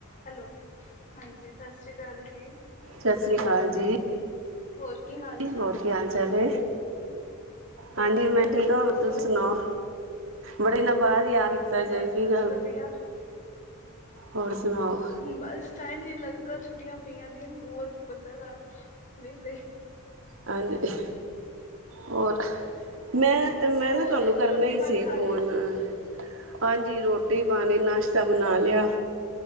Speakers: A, on the left; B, on the right.
A: ਹੈਲੋ ਹਾਂਜੀ ਸਤਿ ਸ਼੍ਰੀ ਅਕਾਲ ਜੀ
B: ਸਤਿ ਸ਼੍ਰੀ ਅਕਾਲ ਜੀ
A: ਹੋਰ ਕੀ ਹਾਲ ਚਾਲ
B: ਹੋਰ
A: ਨੇ
B: ਕੀ ਹਾਲ ਚਾਲ ਹੈ ਹਾਂਜੀ
A: ਬਸ
B: ਮੈਂ
A: ਵਧੀਆ
B: ਠੀਕ
A: ਤੁਸੀਂ
B: ਹਾਂ
A: ਦੱਸੋ
B: ਹੋਰ ਤੁਸੀ ਸੁਣਾਓ ਬੜੀ ਲਮ ਬਾਅਦ ਯਾਦ ਕੀਤਾ ਜੇ
A: ਬਸ
B: ਕੀ
A: ਬਸ
B: ਗੱਲ
A: ਵਧੀਆ
B: ਹੋਰ ਸੁਣਾਓ
A: ਬਸ ਟਾਈਮ ਹੀ ਨਹੀਂ ਲੱਗਦਾ ਛੁੱਟੀਆਂ ਪਈਆਂ ਦੀਆਂ ਬੋਰ ਬੰਦਾ ਘਰ ਵਿੇਹਲੇ
B: ਹਾਂਜੀ ਅਹ ਹੋਰ ਅਹ ਮੈਂ ਤੇ ਮੈਂ
A: ਹੋਰ
B: ਨਾ ਤੁਹਾਨੂੰ ਕਰਨਾ
A: ਰੋਟੀ
B: ਹੀ ਸੀ
A: ਪਾਣੀ ਖਾ
B: ਫੋਨਅ
A: ਲਈ
B: ਹਾਂਜੀ ਰੋਟੀ ਪਾਣੀ ਨਾਸ਼ਤਾ ਬਣਾ ਲਿਆ